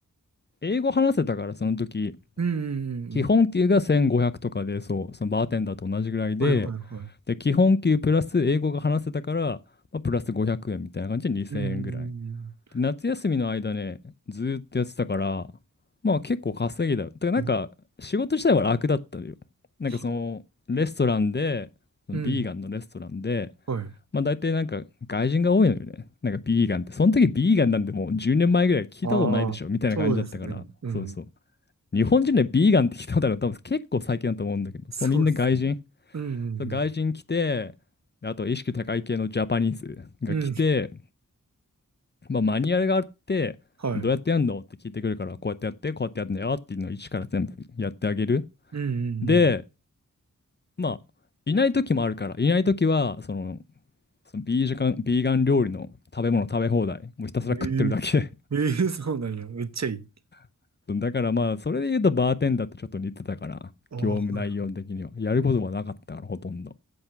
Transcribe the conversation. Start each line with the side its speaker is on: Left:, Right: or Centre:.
Left: 英語話せたからその時、
Right: うん、うん、
Left: 基本給が1500とかで、
Right: うん。うん
Left: そう、そのバーテンダーと同じぐらいで、
Right: はいはいはい。
Left: で、基本給プラス英語が話せたから、まあ、プラス500円みたいな感じで2000円ぐらい。
Right: うん、うん、うん。
Left: で夏休みの間ね、ずーっとやってたから、まあ結構稼ぎだよ。だからなんか仕事自体は楽だったのよ。
Right: え、
Left: なんかそのレストランで、
Right: はい。
Left: ビーガンのレストランで、
Right: うん、はい。
Left: まあ大体なんか外人が多いのよね。なんかビーガンって。その時ビーガンなんてもう10年前ぐらい聞いたことないでしょみたいな感じだったから。
Right: ああ、そうですね。うん。
Left: そうそう。日本人でビーガンって聞いたことあるの多分結構最近だと思うんだけど、
Right: そうっすね。
Left: そうみんな外人。
Right: うん、
Left: そう外人来て、
Right: うん、
Left: であと意識高い系のジャパニーズが来て、
Right: うん。うん、
Left: まあ、マニュアルがあって、
Right: はい。
Left: どうやってやんのって聞いてくるから、こうやってやって、こうやってやるんだよっていうのを一から全部やってあげる。
Right: うん、うん、
Left: で、まあ、いない時もあるから、いない時は、その、そのビージガン、ビーガン料理の食べ物食べ放題、もうひたすら食ってるだけ。
Right: うん。ええええそうなんや。めっちゃいい。
Left: <laughs> だからまあ、それで言うとバーテンダーってちょっと似てたから、
Right: ああ、
Left: 業務内容的には。
Right: はい
Left: やることはなかったから、ほとんど。